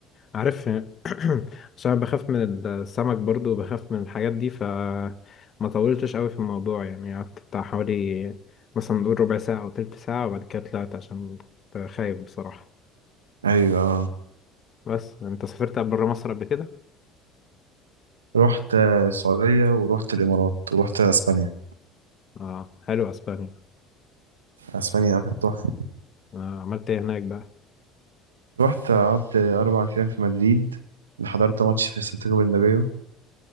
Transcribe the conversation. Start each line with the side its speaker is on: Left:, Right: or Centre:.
Left: عارف <clears throat> عشان أنا بخاف من السمك برضو وبخاف من الحاجات دي ف ما طولتش قوي في الموضوع يعني قعدت بتاع حوالي مثلا نقول ربع ساعة أو تلت ساعة وبعد كده طلعت عشان كنت خايف بصراحة
Right: ايوه
Left: بس أنت سافرت بره مصر قبل كده؟
Right: رحت آه، السعودية ورحت الإمارات ورحت أسبانيا
Left: اه حلو أسبانيا
Right: أسبانيا كانت تحفة
Left: آه عملت إيه هناك بقى؟
Right: رحت قعدت أربع أيام في مدريد حضرت ماتش في سانتياغو برنابيو